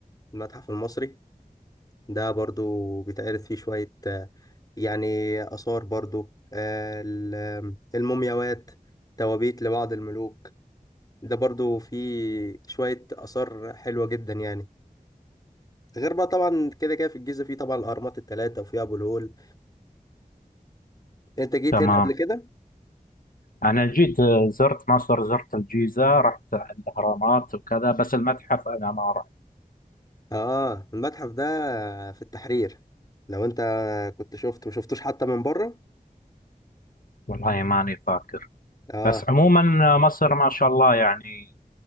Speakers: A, on the left; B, on the left.
A: المتحف المصري ده برضو بيتعرض فيه شوية آه، يعني آثار برضو آه ال- المومياوات توابيت لبعض الملوك ده برضو فيه شوية آثار حلوة جدا يعني غير بقى طبعا كده كده في الجيزة في طبعا الأهرامات التلاتة وفي أبو الهول أنت جيت
B: تمام
A: هنا قبل كده؟
B: أنا جيت آه، زرت مصر زرت الجيزة رحت الأهرامات وكذا بس المتحف أنا ما رحت
A: آه المتحف ده في التحرير لو أنت كنت شفته ما شفتوش حتى من بره
B: والله ماني فاكر
A: آه
B: بس عموما آه، مصر ما شاء الله يعني